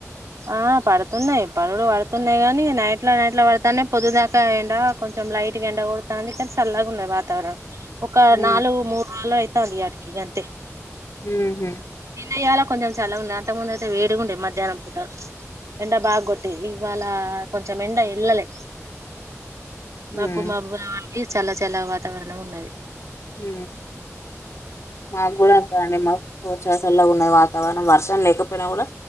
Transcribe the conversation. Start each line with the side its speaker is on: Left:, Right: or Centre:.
Right: ఆ పడుతున్నాయి పరులు పడుతున్నాయి కాగాని నైట్ల నైట్లా పడతానే పొదుదాకా ఏండా కొంచెం లైట్ గా ఎండ కొడతాది కానీ సల్లాగా ఉన్నది వాతావరణం ఒక
Left: ఉమ్
Right: నాలుగు మూడు రోజులు అయితంది ఇయాటికి అంతే
Left: ఉహు
Right: నిన్నయ్యాల కొెంచం చల్లగా ఉన్నా అంత ముందు అయితే వేడిగా ఉండే మధ్యాహ్నం రు ఎండ బాగా కొట్టేది ఇవాళ కొంచెం ఎండ వెల్ళలే మబ్బు
Left: ఉమ్.
Right: మబ్బు రా వాళి చల్ల చల్లగ వాతావరణం ఉన్నది
Left: ఉ మాకు కూడా అంతె అండి మాకు చ సల్లగున్నది వాతావరణం వర్షం లేకపోయినా కూడా